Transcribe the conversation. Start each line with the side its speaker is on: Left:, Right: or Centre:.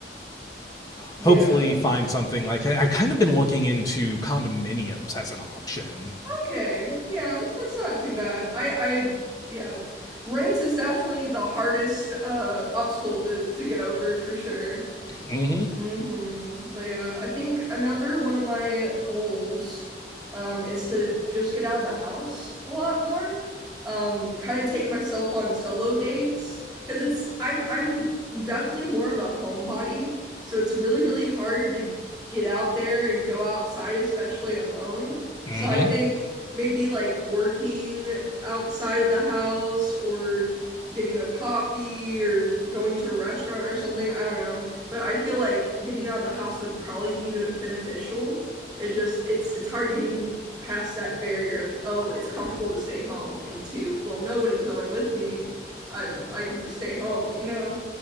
Centre: Yeah.
Left: hopefully find something like I, I kind of been looking into condominiums as an option.
Centre: Okay. Yeah, that's not too bad. I, I, yeah, rent is definitely the hardest uh obstacle to to get over for sure.
Left: hmm
Centre: hmm But yeah, I think another one of my goals um is to just get out of the house a lot more. Um, kind of take myself on solo dates because it's I'm I'm definitely more of a homebody, so it's really really hard to get out there and go outside, especially alone.
Left: hmm
Centre: So I think maybe like working outside of the house or getting a coffee or going to a restaurant or something. I don't know. But I feel like getting out of the house would probably be ben- beneficial. It just it's it's hard getting past that barrier of, oh, it's comfortable to stay home, and two, well, nobody's going with me. I I can just stay home, you know?